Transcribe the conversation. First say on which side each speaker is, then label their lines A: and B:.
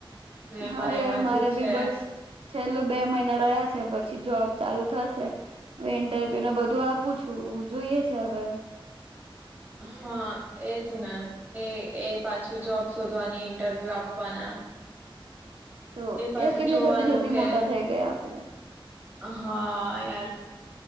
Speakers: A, on the right (about 20°); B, on the right (about 80°).
A: ને મને
B: હા યાર
A: એમાં
B: મારે
A: જે છે
B: ભી બસ છેલ્લો બે મહિના રહ્યા છે પછી જોબ ચાલુ થશે વે ને બધું આપું છું જોઈએ છે હવે
A: હા એજ ને એ એ પાછું જોબ શોધવાની ઇન્ટરવ્યુ આપવાના
B: તો
A: પાછું
B: એ કેટલા
A: જોવાનું
B: જલ્દી જલ્દી
A: કે
B: મોટા થઈ ગયા આપડે
A: હા યાર